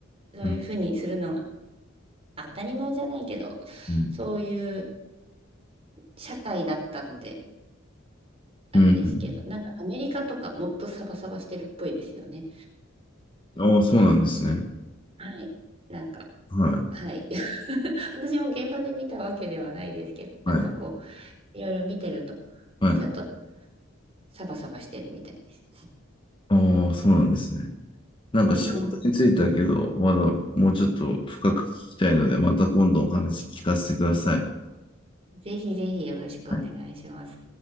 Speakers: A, on the right (about 30°); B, on the left (about 25°).
A: そういうふうにするのが
B: うん、
A: 当たり前じゃないけど、
B: うん、
A: そういう社会だったので、あれですけど、
B: うん。うん
A: なんかアメリカとかもっとサバサバしてるっぽいですよね。
B: ああ、そうなんですね。
A: はい。なんか、
B: はい、
A: はい。<laughs> 私も現場で見たわけではないですけど、なんかこう、
B: はい、
A: いろいろ見てると、
B: はい。
A: もうちょっとサバサバしてるみたいです。
B: ああ、そうなんですね。なんか仕事についてだけど、
A: うんうん。
B: まだもうちょっと深く聞きたいので、また今度お話聞かせてください。
A: ぜひぜひよろしくお願いします。
B: はい